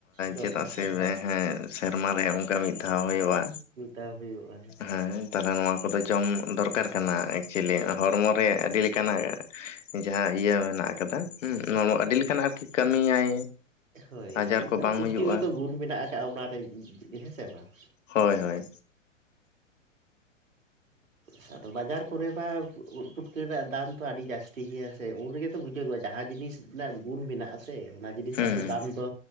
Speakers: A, on the right (about 80°); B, on the left (about 70°).
A: ᱫᱚᱨᱠᱟᱨ
B: ᱪᱮᱫᱟᱜ ᱥᱮ
A: ᱠᱟᱱᱟ
B: ᱦᱮᱸ᱾ ᱥᱮᱨᱢᱟ ᱨᱮ ᱚᱱᱠᱟ ᱢᱤᱫ ᱫᱷᱟᱣ ᱦᱳᱭᱳᱜᱼᱟ
A: ᱢᱤᱫ ᱫᱷᱟᱣ ᱦᱩᱭᱩᱜᱼᱟ
B: ᱦᱮᱸ᱾ ᱛᱟᱦᱞᱮ ᱱᱚᱣᱟ ᱠᱚᱫᱚ ᱡᱚᱢ ᱫᱚᱨᱠᱟᱨ ᱠᱟᱱᱟ ᱮᱠᱪᱩᱭᱮᱞᱤ ᱦᱚᱲᱢᱚ ᱨᱮ ᱟᱹᱰᱤ ᱞᱤᱠᱟᱱᱟᱜᱼᱼ ᱡᱟᱦᱟᱸ ᱤᱭᱟᱹ ᱢᱮᱱᱟᱜ ᱠᱟᱫᱟ ᱦᱩᱸ ᱱᱚᱶᱟ ᱢᱟ ᱟᱹᱰᱤ ᱞᱤᱠᱟᱱᱟᱜ ᱟᱨᱠᱤ ᱠᱟᱹᱢᱤᱭᱟᱭ᱾
A: ᱦᱳᱭ
B: ᱟᱡᱟᱨ ᱠᱚ
A: ᱢᱟᱱᱮ
B: ᱵᱟᱝ
A: ᱯᱩᱥᱴᱤᱜᱚᱛᱚ
B: ᱦᱩᱭᱩᱜᱼᱟ
A: ᱜᱩᱱ ᱢᱮᱱᱟᱜ ᱠᱟᱜᱼᱟ ᱚᱱᱟᱨᱮ ᱦᱮᱸᱥᱮ ᱵᱟᱝ?
B: ᱦᱳᱭ ᱦᱳᱭ᱾
A: ᱦᱮᱸᱼᱼ ᱟᱫᱚ ᱵᱟᱡᱟᱨ ᱠᱚᱨᱮ ᱢᱟ ᱩᱫ ᱯᱩᱴᱠᱟᱹ ᱨᱮᱱᱟᱜ ᱫᱟᱢ ᱛᱷᱚ ᱟᱰᱤ ᱡᱟᱥᱛᱤ ᱜᱤᱭᱟ ᱥᱮ ᱩᱱ ᱨᱮᱜᱮ ᱛᱚ ᱵᱩᱡᱚᱜᱚᱜᱼᱟ ᱡᱟᱦᱟᱸ ᱡᱤᱱᱤᱥᱼᱼ ᱨᱮᱱᱟᱜ ᱜᱩᱱ ᱢᱮᱱᱟᱜᱼᱟᱼᱼ ᱥᱮ ᱚᱱᱟ ᱡᱤᱱᱤᱥᱴᱟᱜ
B: ᱦᱩᱸ
A: ᱫᱚ ᱫᱟᱢ ᱫᱚ